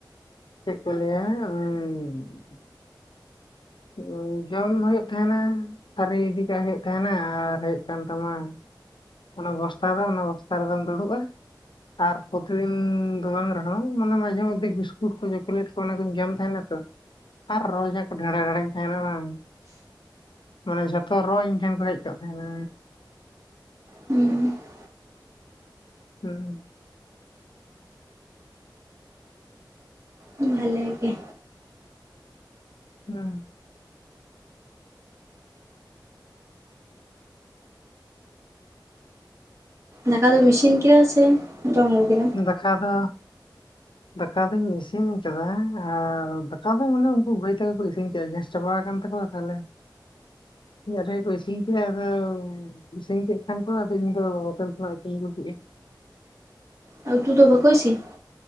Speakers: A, on the left (about 80°); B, on the right (about 40°).
A: ᱪᱮᱫ ᱠᱚ ᱞᱟᱹᱭᱟ <unintelligible> ᱦᱩᱸ ᱡᱚᱢ ᱦᱩᱭᱩᱜ ᱛᱟᱦᱮᱸᱱᱟ᱾ ᱛᱷᱟᱨᱤ ᱤᱫᱤ ᱠᱟᱜ ᱦᱩᱭᱩᱜ ᱛᱟᱦᱮᱱᱟ ᱟᱨ ᱦᱮᱡ ᱠᱟᱱ ᱛᱟᱢᱟ᱾ ᱚᱱᱟ ᱵᱚᱥᱛᱟ ᱫᱚ ᱚᱱᱟ ᱵᱚᱥᱛᱟ ᱨᱮᱫᱚᱢ ᱫᱩᱲᱩᱵᱼᱟ᱾ ᱟᱨ ᱯᱨᱚᱛᱤ ᱫᱤᱱ ᱫᱚ ᱵᱟᱝ ᱨᱮᱦᱚᱸ ᱢᱟᱱᱮ ᱢᱟᱡᱷᱮ ᱢᱚᱫᱫᱷᱮ ᱵᱤᱥᱠᱩᱴ ᱠᱚ ᱪᱚᱠᱞᱮᱴ᱾ ᱚᱱᱟ ᱠᱚᱧ ᱡᱚᱢ ᱛᱟᱦᱮᱸᱱᱟ ᱛᱚ ᱟᱨ ᱨᱚ ᱡᱟ ᱠᱚ ᱰᱷᱮᱲᱮ ᱰᱷᱮᱲᱮ᱾ ᱛᱟᱦᱮᱸᱱᱟ ᱵᱟᱝ ᱢᱟᱱᱮ ᱡᱷᱚᱛᱚ ᱨᱚ ᱤᱧ ᱴᱷᱮᱱ ᱠᱚ ᱦᱮᱡ ᱠᱚᱜ ᱛᱟᱦᱮᱸᱱᱟ᱾
B: ᱦᱩᱸ
A: ᱦᱮᱸ
B: ᱵᱷᱟᱞᱮ ᱜᱮ
A: ᱦᱩᱸ
B: ᱫᱟᱠᱟ ᱫᱚᱢ ᱤᱥᱤᱱ ᱠᱮᱫᱟ ᱥᱮ ᱡᱚᱢ ᱟᱜᱩ ᱠᱮᱫᱟᱢ᱾
A: ᱫᱮᱠᱟ ᱫᱚ ᱫᱟᱠᱟ ᱫᱚᱧ ᱤᱥᱤᱱ ᱟᱠᱟᱫᱟ ᱟᱨ ᱫᱟᱠᱟ ᱫᱚ ᱢᱟᱱᱮ ᱩᱱᱠᱩ ᱜᱟᱹᱭ ᱛᱮᱠᱚ ᱠᱚ ᱤᱥᱤᱱ ᱠᱮᱫ ᱜᱮᱥ᱾ ᱪᱟᱵᱟ ᱠᱟᱱ ᱛᱟᱠᱚᱣᱟ ᱛᱟᱦᱚᱞᱮ ᱤᱧᱟᱜ ᱨᱮᱜᱮ ᱠᱚ ᱤᱥᱤᱱ ᱠᱮᱫ ᱟᱫᱚ᱾ ᱤᱥᱤᱱ ᱠᱮᱫ ᱠᱷᱟᱱ ᱠᱚ ᱤᱧ ᱫᱚ ᱦᱳᱴᱮᱞ ᱠᱷᱚᱱᱟᱜ ᱜᱤᱧ ᱟᱹᱜᱩ ᱠᱮᱜᱼᱟ᱾
B: ᱟᱨ ᱩᱛᱩ ᱫᱚ ᱵᱟᱠᱚ ᱤᱥᱤᱱ᱾